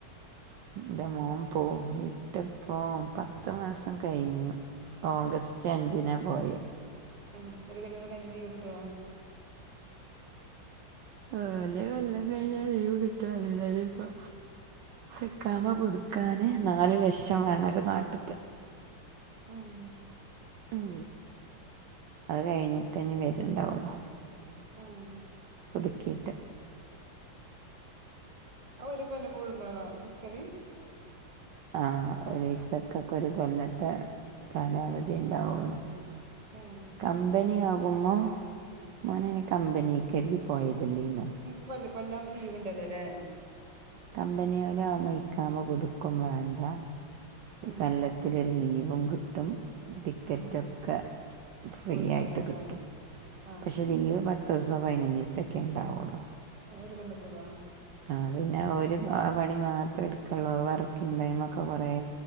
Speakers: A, on the right; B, on the right.
A: എന്റെ മോൻ പോയ്ട്ട് പ്പോ പത്ത് മാസം കഴിഞ്ഞു ഓഗസ്റ്റ് അഞ്ചിനാ പോയേ
B: ആഹ് ഒരു കൊല്ലൊക്കെ കഴിഞ്ഞാലീവ് ട്ടോ
A: ആഹ് ഒര് കൊല്ലം കഴിഞ്ഞാ ലീവ് കിട്ടോ ന്നറിയില്ല ഇപ്പോ ഇക്കാമ പുതുക്കാന് നാലു ലക്ഷം വേണോലോ നാട്ട്ത്തെ
B: ഉം
A: ഉം അത് കഴിഞ്ഞിട്ടേ ഞ്ഞി വരുണ് ണ്ടാവൊള്ളൂ
B: ആഹ്
A: പുതുക്കിയിട്ട്
B: ആഹ് ഒരു കൊല്ലം കൂടുമ്പോളാണോ പുത്ക്കല്
A: ആഹ് ഒരു വിസക്കൊക്കെ ഒരു കൊല്ല ത്തെ. കാലാവധിണ്ടാവുള്ളൂ
B: അവധി ഏഹ്
A: കമ്പനിയാകുമ്പോ മോനയ്ന് കമ്പനീക്കരുതി പോയതല്ലേന്നിയോ
B: കൊല്ല കൊല്ലം ലീവ്ണ്ടല്ലോ ല്ലേ
A: കമ്പനികലിലാവുമ്പോ ഇക്കാമ പുതുക്കും വേണ്ട
B: ആഹ്
A: കൊല്ല ത്തിൽ. ലീവും കിട്ടും ടിക്കറ്റൊക്കെ
B: ആഹ്
A: ഫ്രീ
B: ഓടിത്തൊടുക്കൂല്ലേ
A: ആയിട്ട് കിട്ടും
B: ആഹ്
A: പക്ഷെ ലീവ് പത്ത് പത്തീസോ പതിനഞ്ചുദിവസേണ്ടാവൊള്ളൂ
B: ഒരു കൊല്ലത്തിലോ
A: ആഹ് പിന്നെ ഒരു പണി മാത്രേ എടുക്കൊള്ളൂ വർക്കിങ് ടൈമൊക്കെ കുറേ